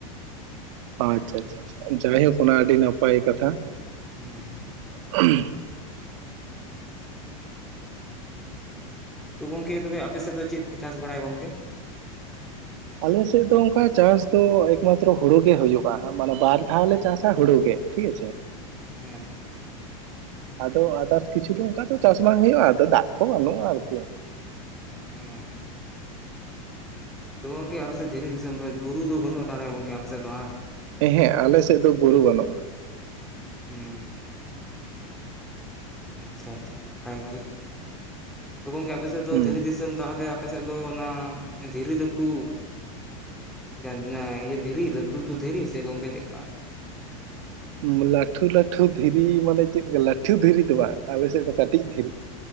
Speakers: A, on the right; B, in the centre.
A: ᱟᱪᱪᱷᱟ ᱟᱪᱷᱟ ᱪᱷᱟ ᱡᱟᱭᱦᱳᱠ ᱚᱱᱟ ᱟᱹᱰᱤ ᱱᱟᱯᱟᱭ ᱠᱟᱛᱷᱟ᱾
B: ᱦᱩᱸ᱾
A: ᱦᱮᱸᱜᱼ᱾
B: ᱛᱚ ᱜᱚᱝᱠᱮ ᱛᱚᱵᱮ ᱟᱯᱮ ᱥᱮᱜ ᱫᱚ ᱪᱮᱜ ᱠᱚ ᱪᱟᱥ ᱵᱟᱲᱟᱭᱟ ᱜᱚᱝᱠᱮ?
A: ᱟᱞᱮ ᱥᱮᱜ ᱫᱚ ᱚᱱᱠᱟ ᱪᱟᱥ ᱫᱚ ᱮᱠ ᱢᱟᱛᱨᱚ ᱦᱩᱲᱩ ᱜᱮ ᱦᱩᱭᱩᱜᱼᱟ ᱢᱟᱱᱮ ᱵᱟᱨ ᱫᱷᱟᱣ ᱞᱮ ᱪᱟᱥᱟ ᱦᱩᱲᱩ ᱜᱮ᱾ ᱴᱷᱤᱠ ᱟᱪᱷᱮ᱾
B: ᱦᱮᱸ᱾
A: ᱟᱫᱚ ᱟᱫᱟᱨᱥ ᱠᱤᱪᱷᱩ ᱫᱚ ᱚᱱᱠᱟ ᱫᱚ ᱪᱟᱥ ᱵᱟᱝ ᱦᱩᱭᱩᱜ-ᱟ ᱟᱫᱚ ᱫᱟᱜ ᱠᱚ ᱵᱟᱱᱩᱜ-ᱟ ᱟᱨᱠᱤ᱾
B: ᱦᱩᱸ᱾ ᱛᱚ ᱜᱚᱝᱠᱮ ᱟᱯᱮ ᱥᱮᱜ ᱫᱷᱤᱨᱤ ᱫᱤᱥᱟᱹᱢ ᱛᱚ ᱵᱩᱨᱩ ᱫᱚ ᱵᱟᱹᱱᱩᱜ-ᱟ ᱛᱟᱦᱞᱮ ᱜᱚᱝᱠᱮ ᱟᱯᱮ ᱥᱮᱜ ᱫᱚ ᱵᱟᱝ?
A: ᱮ ᱦᱮᱸ ᱟᱞᱮ ᱥᱮᱜ ᱫᱚ ᱵᱩᱨᱩ ᱵᱟᱹᱱᱩᱜ-ᱟ᱾
B: ᱦᱩᱸ᱾ ᱟᱪᱪᱷᱟ ᱟᱪᱷᱟ ᱱᱟᱯᱟᱭ ᱜᱮ ᱛᱚ ᱜᱚᱝᱠᱮ ᱟᱯᱮ ᱥᱮᱜ ᱫᱚ
A: ᱦᱩᱸ
B: ᱫᱷᱤᱨᱤ ᱫᱤᱥᱼᱼ ᱥᱚᱹᱢ ᱛᱟᱦᱚᱞᱮ ᱟᱯᱮ ᱥᱮᱜ ᱫᱚ ᱚᱱᱟ ᱫᱷᱤᱨᱤ ᱫᱚ ᱠᱩᱼᱼ ᱪᱤᱜ ᱠᱟᱱ ᱱᱟ ᱤᱭᱟᱹ ᱫᱷᱤᱨᱤ ᱞᱟᱹᱴᱩ ᱞᱟᱹᱴᱩ ᱫᱷᱤᱨᱤ ᱥᱮ ᱜᱚᱝᱠᱮ ᱪᱮᱜ ᱠᱟ?
A: ᱢ ᱞᱟᱴᱷᱩ ᱞᱟᱹᱴᱷᱩ ᱫᱷᱤᱨᱤ ᱢᱟᱱᱮ ᱪᱮᱫᱽ ᱵᱮ ᱞᱟᱹᱴᱷᱩ ᱫᱷᱤᱨᱤ ᱫᱚ ᱵᱟ ᱟᱞᱮ ᱥᱮᱜ ᱫᱚ ᱠᱟᱴᱤᱡ ᱫᱷᱤᱨᱤ᱾